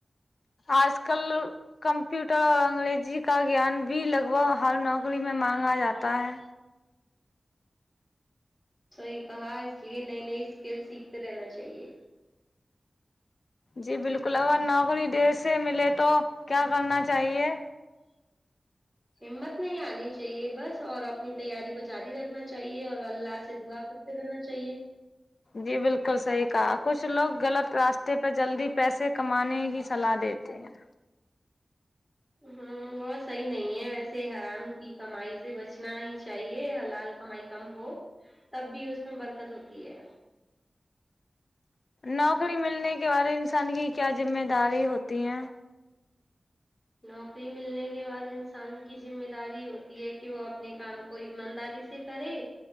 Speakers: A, on the left; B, on the left.
A: آج کل کمپیوٹر اور انگریزی کا گیان بھی لگ بھگ ہر نوکری میں مانگا جاتا ہے
B: صحیح کہا اس لیے نئی نئی اسکل سیکھتے رہنا چاہیے
A: جی بلکل اگر نوکری دیر سے ملے تو کیا کرنا چاہیے
B: ہمت نہیں ہار نی چاہیے بس اور اپنی تیاری کو جاری رکھنا چاہیے اور اللہ سے دعا کر رہنا چاہیے
A: جی بلکل صحیح کہا کچھ لوگ غلط راستے پہ جلدی پیسے کمانے کی صلاح دیتے ہیں
B: ہ وہ صحیح نہیں ہے ویسے حرام کی کمائی سے بچنا ہی چاہیے حلال کمائی کم ہو تب بھی اس میں برکت ہوتی ہے
A: نوکری ملنے کے بارے میں انسان کی کیا ذمہ داری ہوتی ہیں
B: نوکری ملنے کے بعد انسان کی ذمہ داری ہوتی ہے کہ وہ اپنے کام کو ایمانداری سے کرے